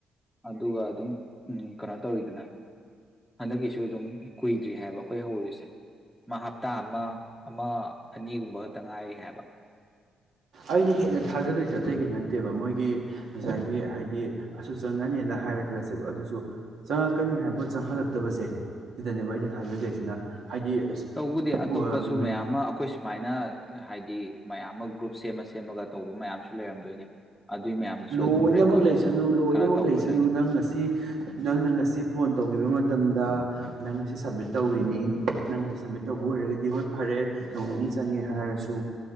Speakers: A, in the centre; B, on the right.
A: ꯑꯗꯨꯒ ꯑꯗꯨꯝ ꯎꯝ ꯀꯩꯅꯣ ꯇꯧꯔꯤꯗꯅ ꯍꯟꯗꯛꯀꯤꯁꯨ ꯑꯗꯨꯝ ꯀꯨꯏꯗ꯭ꯔꯤ ꯍꯥꯏꯕ ꯑꯩꯈꯣꯏ ꯍꯧꯔꯨꯔꯤꯁꯦ ꯃꯥ ꯍꯞꯇꯥ ꯑꯃ ꯑꯃ ꯑꯅꯤꯒꯨꯝꯕ ꯈꯛꯇ ꯉꯥꯏꯔꯤ ꯍꯥꯏꯕ
B: ꯑꯩꯅ ꯍꯦꯟꯅ ꯊꯥꯖꯗꯣꯏꯁꯦ ꯑꯇꯩꯒꯤ ꯅꯠꯇꯦꯕ ꯃꯣꯏꯒꯤ ꯉꯁꯥꯏꯒꯤ ꯍꯥꯏꯗꯤ ꯑꯁꯨꯛ ꯆꯪꯉꯅꯤꯅ ꯍꯥꯏꯔꯦ ꯈꯜꯂꯁꯦꯕ ꯑꯗꯨꯁꯨ ꯆꯪꯉꯛꯀꯅꯤ ꯍꯥꯏꯕꯣꯠ ꯆꯪꯍꯜꯂꯛꯇꯕꯁꯦ ꯁꯤꯗꯅꯦꯕ ꯑꯩꯅ ꯊꯥꯖꯗꯣꯏꯁꯤꯅ ꯍꯥꯏꯗꯤ ꯑꯁ
A: ꯎ ꯇꯧꯕꯗꯤ ꯑꯇꯣꯞꯄꯁꯨ
B: ꯄꯣ ꯅꯨꯃꯤꯠ
A: ꯃꯌꯥꯝ ꯑꯃ ꯑꯩꯈꯣꯏ ꯁꯨꯃꯥꯏꯅ ꯍꯥꯏꯗꯤ ꯃꯌꯥꯝ ꯑꯃ ꯒ꯭ꯔꯨꯞ ꯁꯦꯝꯃ ꯁꯦꯝꯃꯒ ꯇꯧꯕ ꯃꯌꯥꯝꯁꯨ ꯂꯩꯔꯝꯗꯣꯏꯅꯤ ꯑꯗꯨꯏ ꯃꯌꯥꯝꯗꯨꯁꯨ
B: ꯂꯣꯏꯅꯃꯛ
A: ꯑꯗꯨꯝ ꯔꯦꯀꯣꯔꯠ
B: ꯂꯩꯁꯅꯨ ꯂꯣꯏꯅꯃꯛ
A: ꯀꯩꯅꯣ ꯇꯧꯒꯗꯣꯏꯅꯤ
B: ꯂꯩꯁꯅꯨ ꯅꯪ ꯉꯁꯤ ꯅꯪꯅ ꯉꯁꯤ ꯐꯣꯟ ꯇꯧꯈꯤꯕ ꯃꯇꯝꯗ ꯅꯪ ꯑꯁꯤ ꯁꯞꯃꯤꯠ ꯇꯧꯔꯤꯅꯤ ꯅꯪ ꯑꯁꯤ ꯁꯞꯃꯤꯠ ꯇꯧꯕ ꯑꯣꯏꯔꯒꯗꯤ ꯍꯣꯏ ꯐꯔꯦ ꯅꯣꯡ ꯅꯤꯅꯤ ꯆꯪꯉꯦ ꯍꯥꯏꯔꯁꯨ